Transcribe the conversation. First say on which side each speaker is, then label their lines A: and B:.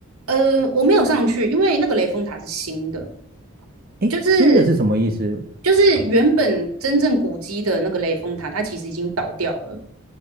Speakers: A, on the right (about 85°); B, on the right (about 45°).
A: 呃，我没有上去，因为那个雷峰塔是新的。
B: 诶，
A: 就是
B: 新的是什么意思？
A: 就是原本真正古迹的那个雷峰塔，它其实已经倒掉了。